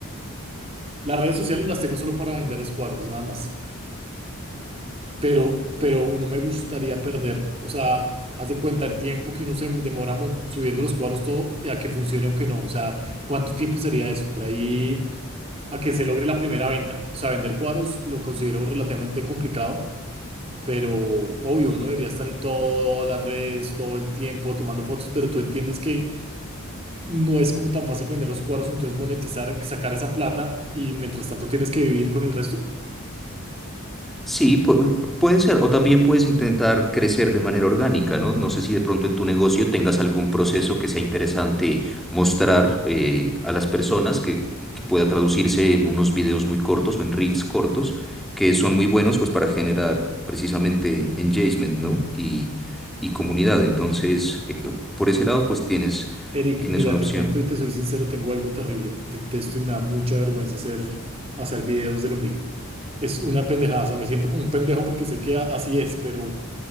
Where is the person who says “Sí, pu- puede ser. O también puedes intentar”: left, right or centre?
Centre